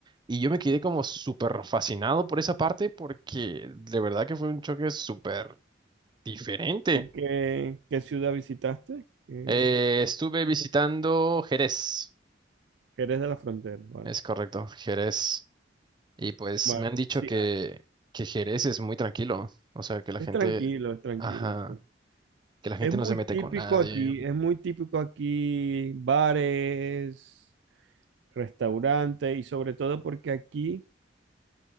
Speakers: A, on the right (about 25°); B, on the right (about 70°).
A: Y yo me quedé como súper fascinado por esa parte porque de verdad que fue un choque súper diferente.
B: ¿Tú qué, qué ciudad visitaste? ¿Qué,
A: Eh, estuve visitando Jerez,
B: qué eres de la frontera? Vale.
A: es correcto, Jerez. Y pues
B: Vale.
A: me han dicho
B: Sí,
A: que,
B: ah,
A: que Jerez es muy tranquilo, o sea, que la
B: es
A: gente,
B: tranquilo, es tranquilo.
A: ajá,
B: sí.
A: que la gente
B: Es muy
A: no se mete
B: típico
A: con nadie.
B: que aquí, es muy típico aquí bares, restaurantes y sobre todo porque aquí